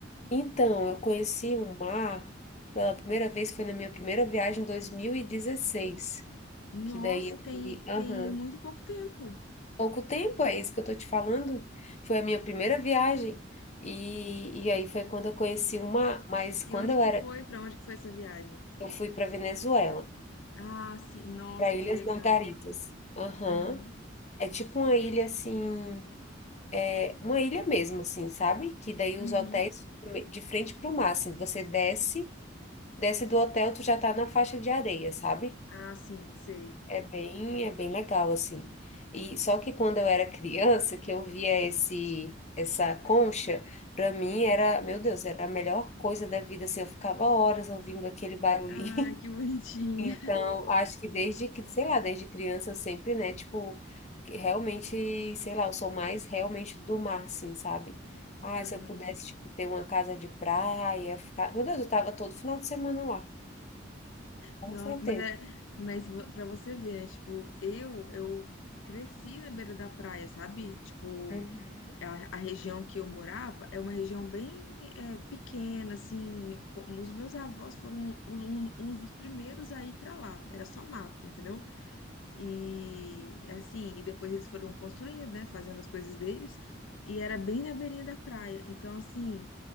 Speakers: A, on the left (about 35°); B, on the left (about 80°).
A: então, eu conheci o mar pela primeira vez, foi na minha primeira viagem em 2016,
B: Nossa,
A: que daí eu
B: tem,
A: fui, aham,
B: tem muito pouco tempo.
A: pouco tempo, é isso que eu tô te falando. Foi a minha primeira viagem. E, e aí foi quando eu conheci uma, mas quando
B: E onde
A: eu
B: que
A: era,
B: foi? Pra onde que foi essa viagem?
A: eu fui para Venezuela,
B: Ah, sim. Nossa,
A: para Ilhas
B: que legal.
A: Margaritas. Aham.
B: Uhum.
A: É tipo uma ilha assim, é uma ilha mesmo assim, sabe? Que daí
B: Uhum.
A: os hotéis de frente para o mar, assim, você desce, desce do hotel, tu já tá na faixa de areia, sabe?
B: Ah, sim, sei.
A: É bem, é bem legal, assim. E só que quando eu era criança, que eu via esse, essa concha, para mim era, meu Deus, era a melhor coisa da vida, assim, eu ficava horas ouvindo aquele barulhinho.
B: Ah,
A: <laughs>
B: que bonitinha.
A: Então, acho que desde, que- sei lá, desde criança eu sempre, né, tipo, que realmente, sei lá, eu sou mais realmente do mar, assim, sabe? Ah,
B: Aham.
A: se eu pudesse, tipo, ter uma casa de praia, ficar... Meu Deus, eu tava todo final de semana lá, com
B: No-
A: certeza.
B: mas é, mas vo- pra você ver, né, tipo, eu, eu cresci na beira da praia, sabe? Tipo,
A: Uhum.
B: a, a região que eu morava é uma região bem é, pequena, assim, me- co- os meus avós foram um- um- uns dos primeiros a ir pra lá, era só mato, entendeu? E assim, e depois eles foram construindo, né, fazendo as coisas deles, e era bem na beirinha da praia. Então, assim,